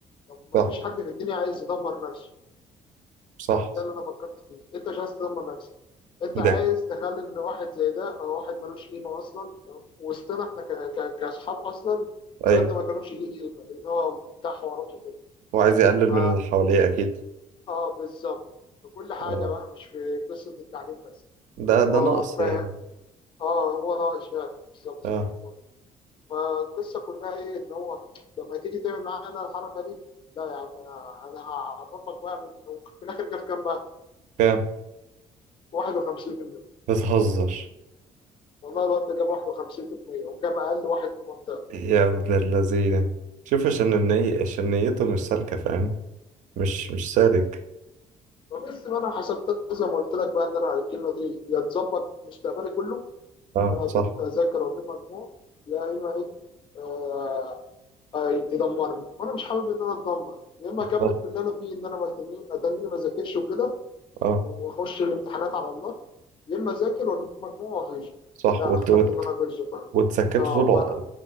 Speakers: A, on the left; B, on the right.
A: طب ما
B: صح
A: فيش حد في الدنيا عايز يدمر نفسه
B: صح
A: فاهم ده اللي أنا فكرت فيه أنت مش عايز تدمر نفسك أنت عايز
B: ده
A: تخلي إن واحد زي ده أو واحد ملوش قيمة أصلا تمام؟ وسطنا إحنا ك- ك- كأصحاب أصلا
B: أيوه
A: الواد ده ما كانوش ليه قيمة لأن هو بتاع حواراته كده
B: وعايز يقلل
A: فا
B: من اللي حواليه أكيد
A: آه بالظبط في كل حاجة
B: آه.
A: بقى مش في قصة التعليم بس
B: ده ده
A: إن هو
B: نقص
A: فاهم
B: يعني
A: آه هو ناقص فعلا بالظبط
B: أه
A: زي ما أنت قلت. فالقصه كلها ايه ان هو لما تيجي تعمل معانا الحركه دي لا يا عم انا انا هعرفك بقى من- في الاخر جاب كام بقى؟
B: كام
A: 51%
B: بتهزر
A: والله الواد ده جاب 51% وجاب اقل واحد في المنطقه
B: يا ابن اللذينة شوف عشان النية عشان نيته مش سالكة فاهم مش مش سالك
A: فبس بقى انا حسبت زي ما قلت لك بقى ان انا الكلمه دي يا تظبط مستقبلي كله
B: أه
A: ان انا اجيب
B: صح
A: اذاكر واجيب مجموع يا اما ايه آه آه، تدمرني وانا مش حابب ان انا اتدمر يا اما اكمل
B: صح
A: في اللي انا فيه ان انا ما أهتم- اتني ما اذاكرش وكده
B: أه
A: واخش الامتحانات على الله يا اما اذاكر واجيب مجموع واغش
B: صح
A: لا
B: وت-
A: انا اخترت
B: وت-
A: ان انا اغش فعلا
B: وتسكته
A: اه
B: طول ع-
A: فانا